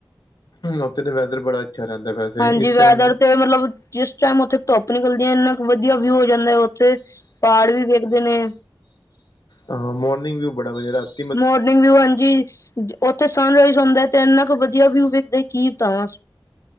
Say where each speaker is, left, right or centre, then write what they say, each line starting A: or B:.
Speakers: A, on the left; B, on the left.
A: ਉੱਥੇ ਤਾਂ ਵੈਦਰ ਬੜਾ ਅੱਛਾ ਰਹਿੰਦਾ ਵੈਸੇ
B: ਹਾਂਜੀ
A: ਇਸ
B: ਵੈਦਰ
A: ਟਾਈਮ
B: ਤੇ ਮਤਲਬ ਜਿਸ ਟਾਈਮ ਉੱਥੇ ਧੁੱਪ ਨਿਕਲਦੀ ਐ ਇੰਨਾ ਕੁ ਵਧੀਆ ਵਿਊ ਹੋ ਜਾਂਦਾ ਉੱਥੇ ਪਹਾੜ ਵੀ ਵੇਖਦੇ ਨੇ।
A: ਹਾਂ, ਮੋਰਨਿੰਗ ਵੀਊ ਬੜਾ ਵਧੀਆ ਲੱਗਦਾ।
B: ਮੋਰਨਿੰਗ ਵਿਊ ਹਾਂਜੀ। ਉੱਥੇ ਸਨਰਾਈਜ਼ ਹੁੰਦਾ ਤੇ ਇੰਨਾ ਕ ਵਧੀਆ ਵਿਊ ਵੇਖਦਾ ਕੀ ਬਤਾਵਾਂ।